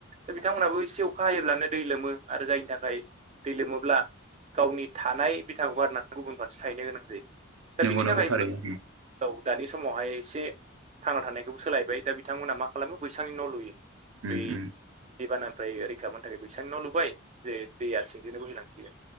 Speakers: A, on the right; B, on the right.
A: दा बिथांमोनहाबो एसे अखा हायोब्लानो दै लोमो आरो जायनि थाखाय दै लोमोब्ला गावनि थानाय बिथाखौ गारनानै गुबुन फारसे थाहैनो गोनां जायो दा
B: नंगौ
A: बेनि
B: नंगौ
A: थाखायबो
B: थारैनो
A: औ दानि समावहाय एसे थांना थानायखौबो सोलायबाय दा बिथांमोनहा मा खालामो बैसांनि न' लुयो
B: उम
A: बै
B: उम
A: दैबानानिफ्राय रैखा मोननो थाखाय बैसांनि न' लुबाय जे दैया सि थिंनो बोहैलांसिगोन